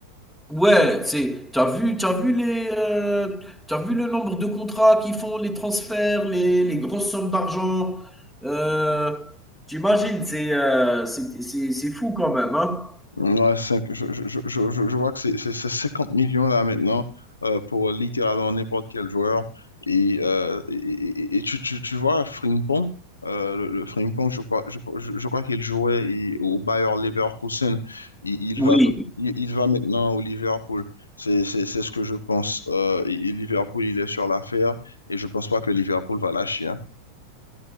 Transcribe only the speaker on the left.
Ouais, cinq- je, je, je, je, je je vois que c'est c'est- c'est 50 millions là maintenant euh, pour littéralement n'importe quel joueur. Et, euh, et, et- et tu, tu, tu vois, Frimpong, euh, le, le Frimpong, je crois, je, je je crois qu'il jouait il- au Bayer Leverkusen. Il, il
va, il, il va maintenant au Liverpool. C'est c'est- c'est ce que je pense. Euh, et- Liverpool, il est sur l'affaire et je pense pas que Liverpool va lâcher. hein.